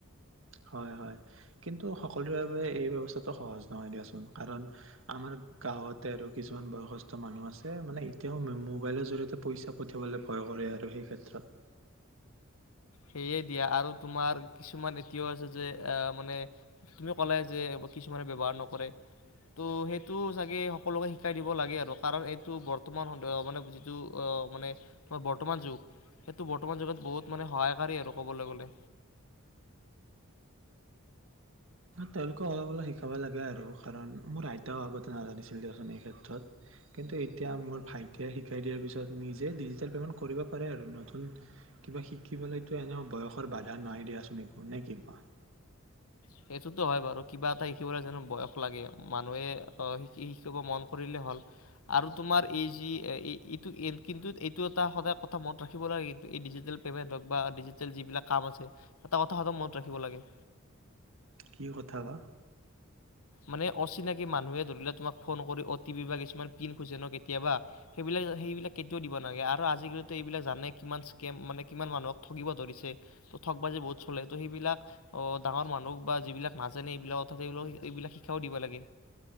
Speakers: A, on the right; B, on the left.
A: হয় হয় কিন্তু সকলোৰে বাবে এই ব্যস্থাটো সহজ নহয় দিয়াচোন কাৰণ আমাৰ গাঁৱতে আৰু কিছুমান বয়সষ্ঠ মানুহ আছে মানে এতিয়াও মোবাইলৰ জৰিয়তে পইচা পঠিয়াবলৈ ভয় কৰে আৰু সেই ক্ষেত্ৰত
B: সেয়ে দিয়া আৰু তোমাৰ কিছুমান এতিয়াও আছে যে, মানে তুমি ক'লে যে কিছুমানে ব্যবহাৰ নকৰে ত' সেইটো চাগে সকলোকে শিকাই দিব লাগে আৰু কাৰণ এইটো বৰ্তমান স মানে যিটো মানে তোমাৰ বৰ্তমান যুগ সেইটো বৰ্তমান যুগত বহুত মানে সহায়। পাৰি আৰু ক'বলৈ গ'লে।
A: তেওঁলোকে অলপ অলপ শিকাব লাগে আৰু কাৰণ মোৰ আইতাও আগতে নাজানিছিল দিয়াচুন ক্ষেত্ৰত, কিন্তু এতিয়া মোৰ ভাইটিয়ে শিকাই দিয়াৰ পিছত নিজে ডিজিেল পেমেন্ট কৰিব পাৰে আৰু নতুন কিবা শিকিবলৈ টো এনে ও বয়সৰ বাধা নাই দিয়াচোন নে কি কোৱা।
B: সেইটোতো হয় বাৰু কিবা এটা শিকিবলৈ বয়স লাগে মানুহে শিক মন কৰিলে হ'ল আৰু তোমাৰ এই যিটো কিন্তু এইটো এটা সদায় কথা মনত ৰাখিব লাগে এই ডিজিটেল পেমেণ্ট হক বা ডিজিটেল যিবিলাক কাম আছে, এটা কথা সদায় মনত ৰাখিব লাগে।
A: কি কথা বা
B: মানে অচিনাকি মানুহে ধৰিলে তোমাক ফোন কৰি অ' টি পি বা কিছুমান পিন খুজে ন কেতিয়াবা সেইবিলাক সেইবিলাক কেতিয়াও দিব নাগে আৰু আজিকালো এইবিলাক জানে কিমান স্কেম মানে কিমান মানুহক ঠগিব ধৰিছে ত ঠগ বাজি বহুত চলে ত' সেইবিলাক অ ডাঙৰ মানুহক বা যিবিলাক নাজানে স এইবিলাক অথাৎ সবিলাক। এইবিলাক শিক্ষাও দিব লাগে।